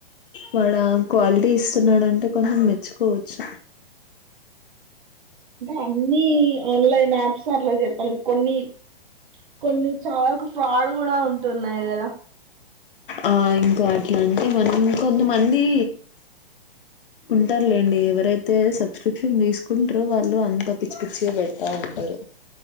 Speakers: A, on the left; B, on the right.
A: వాడ క్వాలిటీ ఇస్తున్నాడంటే కొంచెం మెచ్చుకోవచ్చు
B: అంటే అన్ని ఆన్లైన్ యాప్స్ అట్లా చెప్పాల కొన్ని కొన్ని చాలాకు ఫ్రాడ్ కూడా ఉంటున్నాయి కదా
A: ఆ ఇంకా అట్లా అంటే మనం కొంతమంది ఉంటారులేండి ఎవరైతే సబ్స్క్రిప్షన్ తీసుకుంటారో వాళ్ళు అంత పిచ్చి పిచ్చిగా పెడతా ఉంటారు